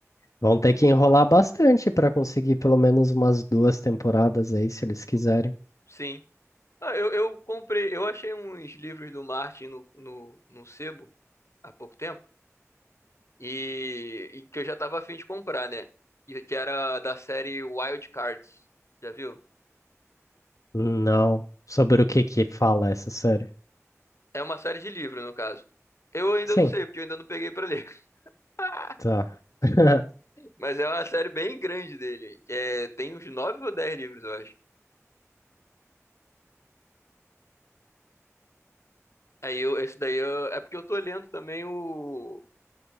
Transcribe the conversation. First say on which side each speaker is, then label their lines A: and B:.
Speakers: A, on the left (about 85°); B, on the left (about 60°).
A: Vão ter que enrolar bastante para conseguir pelo menos umas duas temporadas aí, se eles quiserem.
B: Sim. Ah, eu, eu comprei, eu achei uns livros do Martin no, no, no sebo há pouco tempo e, e que eu já tava afim de comprar, né? E que era da série Wild Cards, já viu?
A: Não. Sobre o que que fala essa série?
B: É uma série de livro, no caso. Eu ainda
A: Sim,
B: não sei, porque eu ainda não peguei pra ler. <laughs>
A: tá. <laughs>
B: Mas é uma série bem grande dele. É, tem uns nove ou dez livros, eu acho. Aí eu, esse daí eu- é porque eu tô lendo também o,